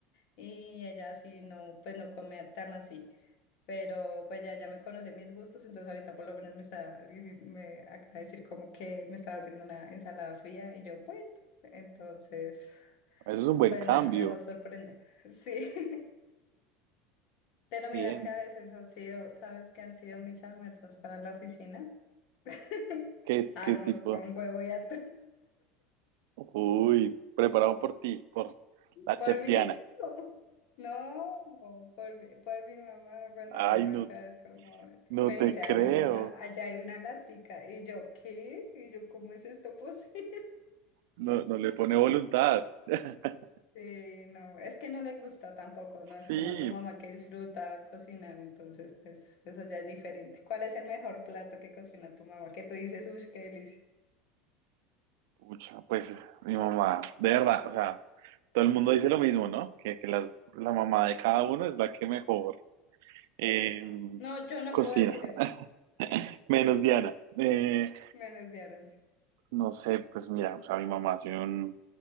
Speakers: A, on the left; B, on the right.
A: Y ella sí no, pues no comía tan así. pero pues ya, ya me conocí mis gustos, entonces ahorita por lo menos me está dici- me acaba de decir como que me estaba haciendo una ensalada fría y yo, bueno, entonces,
B: Eso es un buen
A: pues
B: cambio.
A: nada, me dejó sorprender. <laughs> Sí, <laughs> pero mira
B: Bien.
A: que a veces han sido, ¿sabes qué han sido mis almuerzos para la oficina? <laughs>
B: ¿Qué,
A: Arroz
B: qué tipo?
A: con huevo y atún.
B: Uy, preparado por ti, por la chef
A: Por mí,
B: Diana.
A: <laughs> no, por, mi- por mi mamá cuando
B: Ay,
A: vengo
B: no,
A: acá
B: te-
A: es como,
B: no
A: me
B: te
A: dice,
B: creo.
A: ay hija, allá hay una lática. Y yo, ¿qué? Y yo, ¿cómo es esto posible?
B: No, no le pone
A: <laughs>
B: voluntad. <laughs>
A: Sí, no, es que no le gusta tampoco, no es
B: Sí,
A: como a tu mamá que disfruta cocinar, entonces pues eso ya es diferente. ¿Cuál es el mejor plato que cocina tu mamá? Que tú dices, uy, qué delicia.
B: pucha, pues mi mamá, de verdad, o sea, todo el mundo dice lo mismo, ¿no? Que, que las, la mamá de cada uno es la que mejor eh,
A: No, yo no
B: cocina,
A: puedo decir eso,
B: <laughs> menos Diana. Eh,
A: menos de ahora
B: no sé, pues mira, o sea, mi
A: sí.
B: mamá hace un-